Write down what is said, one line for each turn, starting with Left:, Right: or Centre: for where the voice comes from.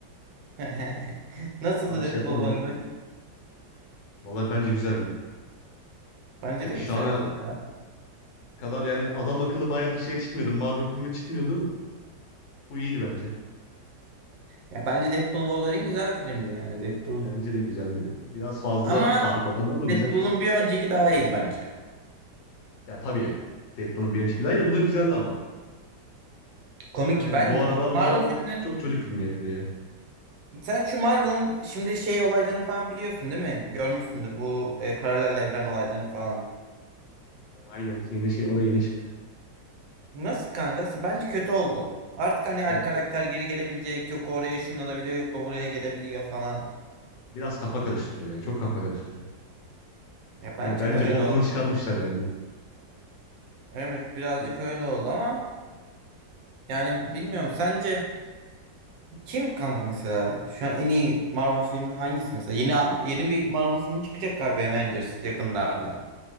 Right: <laughs> Nasıldı
Left: Tam şey
Right: Deadpool
Left: yapamadım.
Right: Wolverine?
Left: Vallahi bence güzeldi.
Right: Bence
Left: Ya
Right: de
Left: şu
Right: güzeldi
Left: ana
Right: ya.
Left: kadar yani adam akıllı bayağıdır şey çıkmıyordu. Marvel filmi çıkmıyordu. Bu iyiydi bence.
Right: Ya bence Deadpool Wolverine güzel bir filmdi yani Deadpool.
Left: Bence de güzeldi. Biraz fazla
Right: Ama
Left: argo vardı ama güzel.
Right: Deadpool'un bir önceki daha iyiydi bence.
Left: Ya tabii. Deadpool'un bir önceki daha iyi de bu da güzeldi ama.
Right: Komik.
Left: Hani
Right: Ben
Left: bu aralar Marvel
Right: Marvel filmleri
Left: çok çocuk filmi yapıyor ya.
Right: sen şu Marvel'ın şimdi şey olaylarını falan biliyorsun değil mi? Görmüşsündür bu e, paralel evren olaylarını falan.
Left: Aynen yeni şey o da yeni çıktı.
Right: Nasıl kanka? Bence kötü oldu. Artık hani her
Left: Ya
Right: karakter
Left: çok-
Right: geri gelebilecek. Yok o oraya şunlanabiliyor, yok o buraya gelebiliyor falan.
Left: biraz kafa karıştırıyor ya. Çok kafa karıştırıyor.
Right: Ya
Left: Hani
Right: bence
Left: bence
Right: de öyle
Left: bokunu
Right: oldu.
Left: çıkarmışlar yani.
Right: Evet birazcık
Left: Hani
Right: öyle oldu ama Yani bilmiyorum sence kim kanka mesela şu an en iyi Marvel filmi hangisi mesela? Yeni yeni bir Marvel filmi çıkacak galiba Avengers yakınlarda.